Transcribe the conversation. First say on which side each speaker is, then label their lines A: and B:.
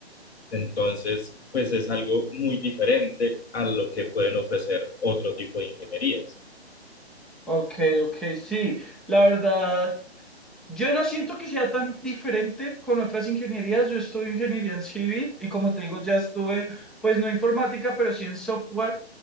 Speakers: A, on the left (about 70°); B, in the centre.
A: Entonces, pues es algo muy diferente a lo que pueden ofrecer otro tipo de ingenierías.
B: Ok, ok, sí. La verdad, yo no siento que sea tan diferente con otras ingenierías. Yo estudio ingeniería en civil y como te digo, ya estuve, pues no informática, pero sí en software.